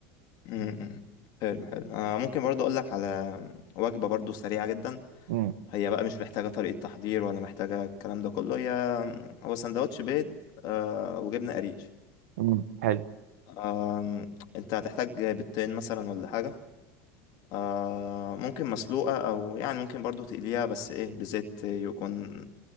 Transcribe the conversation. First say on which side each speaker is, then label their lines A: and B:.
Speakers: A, on the left; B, on the right.
A: امم حلو حلو آه ممكن برضو اقول لك على وجبة برضو سريعة جدا
B: مم.
A: هي بقى مش محتاجة طريقة تحضير ولا محتاجة الكلام ده كله هي هو سندوتش بيض آه وجبنة قريش
B: مم. حلو
A: آم، انت هتحتاج بيضتين مثلا ولا حاجة آه ممكن مسلوقة أو يعني ممكن برضو تقليها بس إيه بزيت يكون